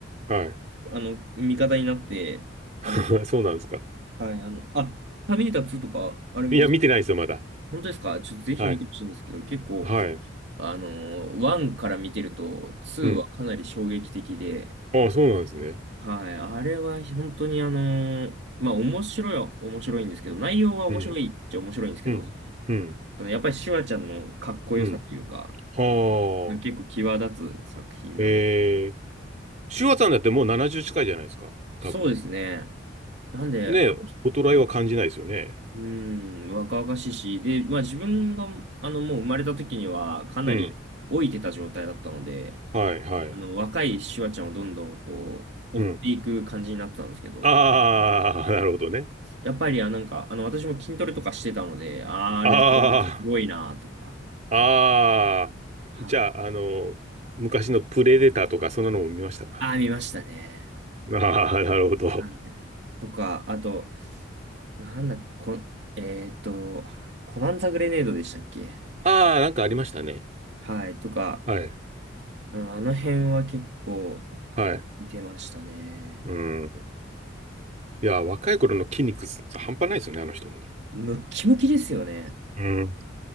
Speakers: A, on the right; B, on the right.
A: はい。
B: あの、味方になって、
A: <laughs>
B: あの、
A: そうなんですか。
B: はい、あの、あ、ターミネーター2とか、あれ、
A: いや、見てないですよ、まだ。
B: 本当ですかちょっとぜひ見てほしいんですけど、
A: はい。
B: 結構、
A: はい。
B: あのー、1から見てると、2はかなり衝撃的で、
A: うん。ああ、そうなんですね。
B: はい、あれは本当にあのー、まあ面白いは面白いんですけど、内容は面白いっちゃ面白いんですけど、
A: うん。うん。
B: そ
A: うん。
B: のやっぱりシュワちゃんのかっこよさというか、
A: うん。ああ。
B: が結構際立つ作品なのかな。
A: えー。シュワさんだってもう70近いじゃないですか。
B: そうですね。
A: 多分。
B: なんで、
A: ねえ、
B: あの人
A: 衰えは感じないですよね。
B: うん、若々しいし、で、まあ自分が、あの、もう生まれた時にはかなり老いてた状態だったので、
A: うん。はい、はい。
B: あの、若いシュワちゃんをどんどんこう、
A: うん。
B: 追っていく感じになったんですけど、
A: ああ、なるほどね。
B: やっぱり、あ、なんか、あの、私も筋トレとかしてたので、あー、あれはすごいなとか、
A: ああ、ああ。
B: はい。
A: じゃあ、あの、昔のプレデターとか、そんなのも見ましたか。
B: あー、見ましたね。
A: ああー、なるほど。
B: はい。とか、あと、なんだ、こえーっと、コナンザグレネードでしたっけ
A: ああ、なんかありましたね。
B: はい、とか、
A: はい。
B: うんあの辺は結構
A: はい。
B: 見てましたね。
A: うん。いや、若い頃の筋肉半端ないですよね、あの人も。
B: ムッキムキですよね。
A: うん。